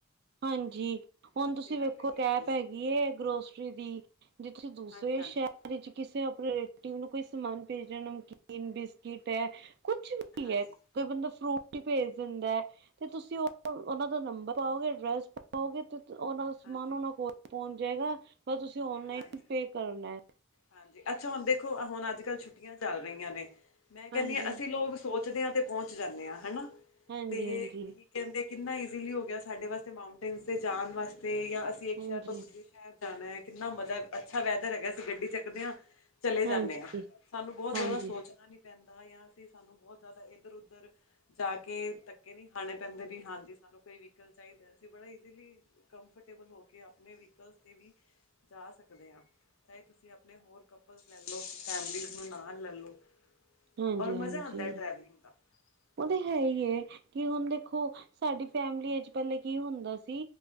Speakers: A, on the right; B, on the left.
A: ਹਾਂਜੀ ਹੁਣ
B: ਅੱਛੀ
A: ਤੁਸੀਂ
B: ਗੱਲ
A: ਵੇਖੋ,
B: ਹੈਗੀ
A: ਐੱਪ
B: ਹੈ
A: ਹੈਗੀ ਹੈ, ਗਰੋਸਰੀ ਦੀ। ਜੇ ਤੁਸੀਂ ਦੂਸਰੇ
B: ਹਾਂਜੀ ਹਾਂਜੀ
A: ਸ਼ਹਿਰ ਵਿਚ ਕਿਸੇ ਆਪਣੇ ਰੀਲੇਟਿਵ ਨੂੰ ਕੋਈ ਸਮਾਨ ਭੇਜਣਾ, ਨਮਕੀਨ ਬਿਸਕਿਟ ਹੈ ਕੁਛ ਵੀ
B: ਹਾਂਜੀ
A: ਹੈ ਕੋਈ ਬੰਦਾ ਫਰੂਟ ਹੀ ਭੇਜ ਦਿੰਦਾ ਹੈ, ਤੇ ਤੁਸੀਂ ਉਹ ਉਹਨਾਂ ਦਾ ਨੰਬਰ ਪਾਓਗੇ ਐਡਰੈੱਸ ਪਾ ਔ ਗੇ, ਤੇ ਉਹਨਾਂ ਦਾ ਸਮਾਨ
B: ਹਾਂਜੀ
A: ਉਹਨਾਂ ਕੋਲ ਪਹੁੰਚ ਜਾਏਗਾ, ਬਸ ਤੁਸੀਂ ਔਨਲਾਈਨ
B: ਹਾਂਜੀ
A: ਪੇ ਕਰਨਾ ਐ।
B: ਹਾਂਜੀ, ਅੱਛਾ ਹੁਣ ਦੇਖੋ ਹੁਣ ਅੱਜ ਕੱਲ੍ਹ ਛੁੱਟੀਆਂ ਚੱਲ ਰਹੀਆਂ ਨੇ, ਮੈਂ ਕਹਿੰਦੀ
A: ਹਾਂਜੀ
B: ਹਾਂ ਅਸੀਂ ਲੋਕ ਸੋਚਦੇ ਹਾਂ ਤੇ ਪਹੁੰਚ ਜਾਂਨੇ ਆਂ, ਹੈਨਾ,
A: ਹਾਂਜੀ
B: ਤੇ
A: ਹਾਂਜੀ
B: ਕੀ ਕਹਿੰਦੇ ਆ, ਕਿੰਨਾ ਈਜ਼ੀਲੀ ਹੋ ਗਿਆ ਸਾਡੇ ਵਾਸਤੇ, ਮਾਊਟੇਨ ਤੇ ਜਾਣ ਵਾਸਤੇ, ਜਾਂ ਅਸੀਂ ਇੱਕ
A: ਹਾਂਜੀ
B: ਸ਼ਹਿਰ ਤੋਂ ਦੂਜੇ ਸ਼ਹਿਰ ਜਾਣਾ ਹੈ, ਕਿੰਨਾ ਮਜ਼ਾ ਅੱਛਾ ਵੈਦਰ ਹੈਗਾ, ਅਸੀਂ ਗੱਡੀ ਚੱਕਦੇ ਹਾਂ ਚਲੇ
A: ਹਾਂਜੀ
B: ਜਾਂਨੇ ਆਂ, ਸਾਨੂੰ ਬਹੁਤ
A: ਹਾਂਜੀ
B: ਜ਼ਿਆਦਾ ਸੋਚਣਾ ਨੀ ਪੈਂਦਾ, ਜਾਂ ਅਸੀਂ ਸਾਨੂੰ ਬਹੁਤ ਜ਼ਿਆਦਾ ਇੱਧਰ ਉੱਧਰ ਜਾ ਕੇ ਤ ਏ ਨਹੀਂ ਖਾਣੇ ਪੈਂਦੇ, ਵੀ ਹਾਂਜੀ ਸਾਨੂੰ ਕੋਈ ਵੀ ਸਾਈਕਲ ਚਾਹੀਦਾ, ਅਸੀ ਬੜੇ ਇਜ਼ੀਲੀ ਕੰਫਰਟੇਬਲ ਹੋ ਕੇ, ਆਪਣੇ ਵਹਿਕਲਸ ਤੇ ਵੀ ਜਾ ਸਕਦੇ ਹਾਂ, ਚਾਹੇ ਤੁਸੀਂ ਆਪ ਆਪਣੇ ਹੋਰ ਕਪਲ ਲੈ ਲੋ, ਫੈਮਲੀ ਨੂੰ ਨਾਲ ਲੈ ਲੋ
A: ਹਾਂਜੀ
B: ਔਰ ਮਜ਼ਾ
A: ਹਾਂਜੀ
B: ਆਉਦਾ ਹੈ, ਟਰੈਵਲਿੰਗ ਦਾ।
A: ਉਹ ਤਾਂ ਹੈ
B: ਤੁਸੀਂ
A: ਈ ਐ, ਕਿ ਹੁਣ ਦੇਖੋ ਸਾਡੀ ਫੈਮਲੀਆਂ ਚ ਪਹਿਲਲੇ ਕੀ ਹੁੰਦਾ ਸੀ